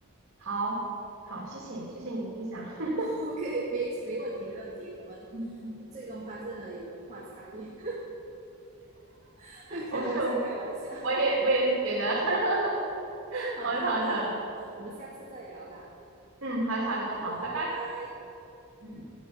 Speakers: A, on the right (about 60°); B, on the right (about 30°).
A: 好，好，谢谢，谢谢你分享。<laughs>
B: <laughs>，OK，没没问题，没问题。我们
A: 嗯
B: 最终发现了有文化差异，<laughs> 开玩笑，
A: 我我也我也是觉得，
B: 开玩笑。
A: <laughs>
B: 好啦好啦，
A: 好的好的好的，
B: 我们下次再聊啦。
A: 嗯，好的好的好，
B: 好的，
A: 拜拜。
B: 拜拜。
A: 嗯。